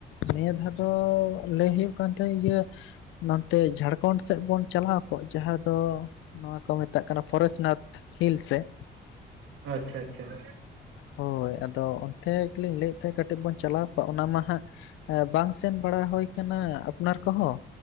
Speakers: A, on the left; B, on the right.
A: ᱱᱤᱭᱟᱹ ᱫᱷᱟᱣ ᱫᱚ ᱞᱟᱹᱭ ᱦᱩᱭᱩᱜ ᱠᱟᱱ ᱛᱟᱦᱮ ᱤᱭᱟᱹ ᱱᱚᱱᱛᱮ ᱡᱷᱟᱲᱠᱷᱚᱸᱰ ᱥᱮᱫ ᱵᱚᱱ ᱪᱟᱞᱟᱣ ᱠᱚᱜ ᱡᱟᱦᱟᱸ ᱫᱚ ᱱᱚᱣᱟ ᱠᱚ ᱢᱮᱛᱟᱜ ᱠᱟᱱᱟ ᱯᱷᱚᱨᱮᱥᱱᱟᱛᱷ ᱦᱤᱞ ᱥᱮᱜ ᱾
B: ᱟᱪᱪᱷᱟ ᱟᱪᱪᱷᱟ ᱾
A: ᱦᱳᱭ, ᱟᱫᱚ ᱚᱱᱛᱮ ᱜᱮᱞᱤᱧ ᱞᱟᱹᱭᱮᱫ ᱛᱟᱦᱮᱸᱜ ᱠᱟᱹᱴᱤᱡ ᱵᱚᱱ ᱪᱟᱞᱟᱣ ᱠᱚᱜ ᱚᱱᱟ ᱢᱟ ᱦᱟᱸᱜ ᱮ ᱵᱟᱝ ᱥᱮᱱ ᱵᱟᱲᱟ ᱦᱩᱭ ᱟᱠᱟᱱᱟ ᱟᱯᱱᱟᱨ ᱠᱚᱦᱚᱸ